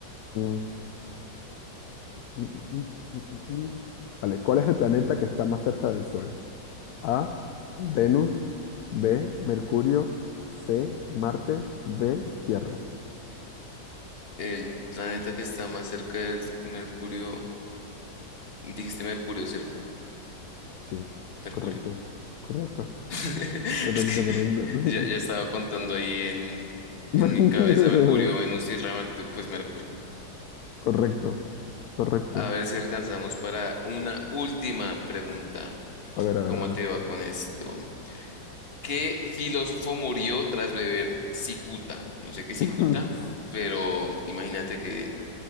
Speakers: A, on the left (about 70°); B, on the left (about 35°).
A: mm, mm, mm, mm, mm, mm. Vale, ¿cuál es el planeta que está más cerca del Sol? A, Venus, B, Mercurio, C, Marte, D, Tierra.
B: El planeta que está más cerca de Mercurio, dijiste Mercurio, ¿cierto?
A: Sí,
B: Mercurio.
A: correcto, correcto,
B: <laughs>
A: correcto,
B: Es que
A: correcto.
B: ya, ya estaba contando ahí en, en
A: <laughs>
B: mi cabeza Mercurio, Venus,
A: <laughs>
B: Tierra, Marte, pues Mercurio.
A: Correcto, correcto.
B: A ver si alcanzamos para una última pregunta.
A: A ver, a
B: ¿Cómo
A: ver, a
B: te
A: ver.
B: va con esto? ¿Qué filósofo murió tras beber cicuta? No sé qué es cicuta,
A: <laughs>
B: pero imagínate que